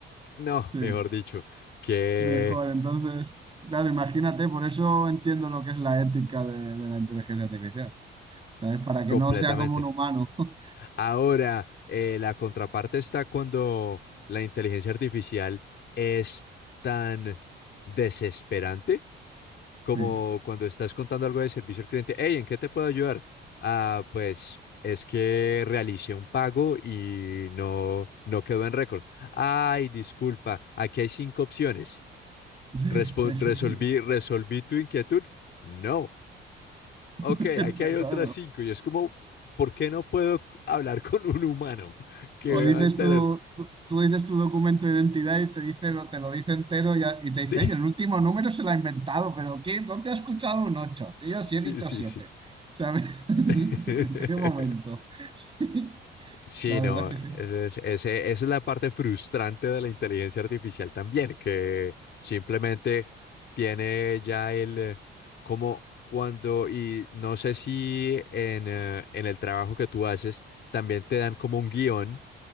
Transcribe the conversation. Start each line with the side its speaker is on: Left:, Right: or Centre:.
Left: No,
Right: Sí,
Left: mejor dicho, que
Right: mejor. Entonces, claro, imagínate, por eso entiendo lo que es la ética de, de la inteligencia artificial, ¿sabes? Para
Left: completamente.
Right: que no sea como un humano. <laughs>
Left: Ahora, eh, la contraparte está cuando la inteligencia artificial es tan desesperante como
Right: Sí,
Left: cuando estás contando algo de servicio al cliente. Hey, ¿en qué te puedo ayudar? Ah, pues es que realicé un pago y no, no quedó en récord. Ay, disculpa, aquí hay cinco opciones.
Right: sí,
Left: Respo-
Right: ese
Left: resolví,
Right: es el, <laughs>
Left: ¿Resolví tu inquietud? No. Ok,
Right: ese es el
Left: aquí
Right: pecado.
Left: hay otras cinco y es como, ¿por qué no puedo c- hablar con un humano que
Right: O
Left: me
Right: dices
Left: va a enterar?
Right: tu- tú, tú dices tu documento de identidad y te dice, lo- te lo dice entero y, a- y te
Left: Sí,
Right: dice, "Ey, el último número se lo ha inventado, pero ¿qué? ¿Dónde has escuchado un 8? Yo
Left: <laughs>
Right: sí
Left: sí,
Right: he dicho
Left: sí,
Right: siete,
Left: sí.
Right: ¿Sabes? <laughs>
Left: <laughs>
Right: ¿En qué momento? <laughs>
Left: Sí,
Right: La verdad
Left: no,
Right: es que
Left: ese
Right: sí.
Left: es- ese- esa es la parte frustrante de la inteligencia artificial también, que simplemente tiene ya el, eh, como cuando, y no sé si en, eh, en el trabajo que tú haces, también te dan como un guión